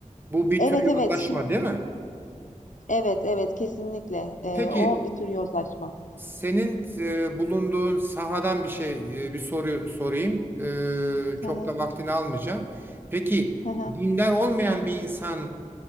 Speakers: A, on the right; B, on the left.
A: Bu bir
B: Evet
A: tür yozlaşma
B: evet şimdi
A: değil mi?
B: evet evet kesinlikle Ee,
A: Peki
B: o bir tür yozlaşma.
A: senin e, bulunduğun sahadan bir şey e, bir soru sorayım. E, çok
B: Hı hı,
A: da vaktini almayacağım. Peki
B: hı hı.
A: dindar olmayan bir insan